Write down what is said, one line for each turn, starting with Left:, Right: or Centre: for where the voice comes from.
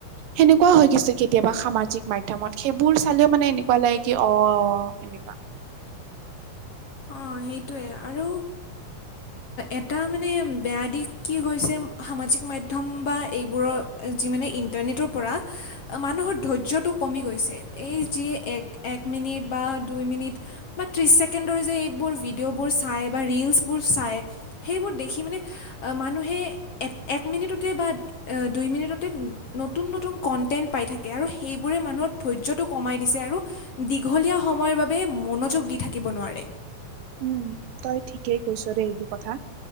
Right: সেনেকুৱা হৈ কিছু কেতিয়াবা সামাজিক মাধ্যমত সেইবোৰ চালেও মানে এনেকুৱা লাগে কি অ- এনেকুৱা।
Left: অ সেইটোৱে আৰু- এটা মানে বেয়া দিশ কি হৈছে সামাজিক মাধ্যম বা এইবোৰৰ- যি মানে ইণ্টাৰনেটৰ পৰা মানুহৰ ধৈৰ্য্যটো কমি গৈছে এই যি এক- এক মিনিট বা দুই মিনিট, বা ত্ৰিছ ছেকেণ্ডৰ যে এইবোৰ ভিডিঅ'বোৰ চাই বা ৰিলচ- চাই, সেইবোৰ দেখি মানে মানুে এক মিনিটতে বা- দুই মিনিটতে নতুন নতুন কণ্টেণ্ট পাই থাকে আৰু সেইবোৰে মানুহৰ ধৈৰ্যটো কমাই দিছে আৰু- দীঘলীয়া সময়ৰ বাবে মনোযোগ দি থাকিব নোৱাৰে।
Right: উম তই ঠিকেই কৈছ দেই এইটো কথা